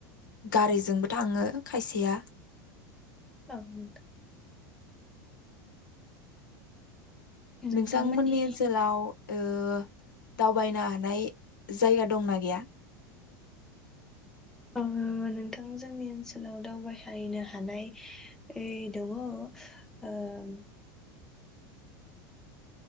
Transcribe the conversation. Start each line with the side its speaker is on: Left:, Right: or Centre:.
Left: गारिजोंबो थांङो खायसेया।
Centre: औ नोंथां नोंथांमोननि
Left: नोंसांमोननि ओनसोलाव ओ दावबायनो हानाय जायगा दंना गैया?
Centre: औ नोंथां जोंनि ओनसोलाव दावबायहायैनो हानाय ओइ दोङो ओब